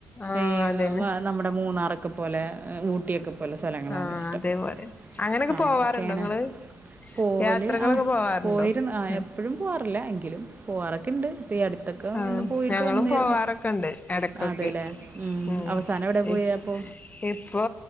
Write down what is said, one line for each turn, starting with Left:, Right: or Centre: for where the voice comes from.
Left: ആഹ്
Right: എയ്
Left: അതന്നെ
Right: ഓഹ് വാത് നമ്മുടെ മൂന്നാറൊക്കെ പോലെ ഏഹ് ഊട്ടിയൊക്കെ പോല സ്ഥലങ്ങളാണ്
Left: ആഹ്
Right: ഇഷ്ടം
Left: അതേപോലെ അങ്ങനൊക്കെ
Right: <unintelligible>
Left: പോവാറുണ്ടോ
Right: ക്കേണ്
Left: ഇങ്ങള്
Right: പോവല്
Left: യാത്രകളൊക്കെ
Right: ആഹ്
Left: പോവാറുണ്ടോ
Right: പോയിരുന്നു ആഹ്
Left: ഉം
Right: എപ്പഴും പോവാറില്ല എങ്കിലും പോവാറൊക്കെണ്ട് ഇപ്പ ഈ അടുത്തൊക്ക
Left: ആഹ്
Right: ഒന്ന് പോയിട്ട്
Left: ഞങ്ങളും
Right: വന്നിരുന്നു
Left: പോവാറൊക്കെണ്ട് എടക്കൊക്കെ
Right: അതെല്ലേ ഉം
Left: ഉം
Right: അവസാനം എവിടെ പോയെ പ്പോ
Left: ഇപ്പോ